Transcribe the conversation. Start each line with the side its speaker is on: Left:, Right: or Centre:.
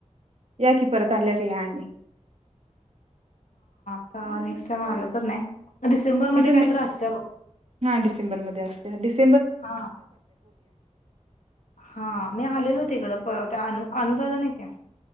Right: या की परत आल्यावर या आणि
Left: हा नेक्स्ट टाइम आलं तर न्या. डिसेंबर
Right: इथं
Left: मध्ये काय
Right: मी
Left: तर असत्या बघ
Right: हा डिसेंबरमध्ये असत्या डिसें
Left: हा हा मी आलेलो होतेिकडं परत अन अनुराधा नाही का?